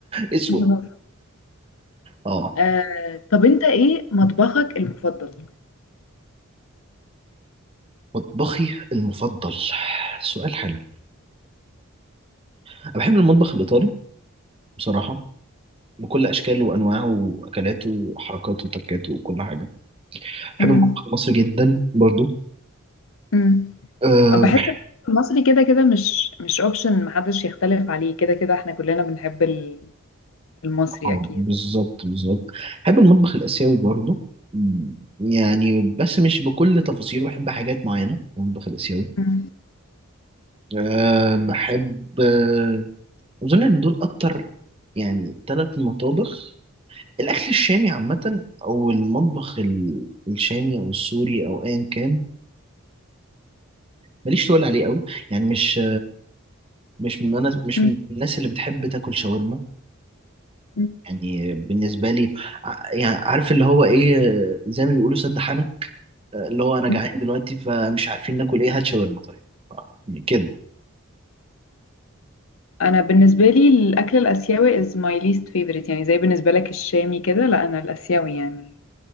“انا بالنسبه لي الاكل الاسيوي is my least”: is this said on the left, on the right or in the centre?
Left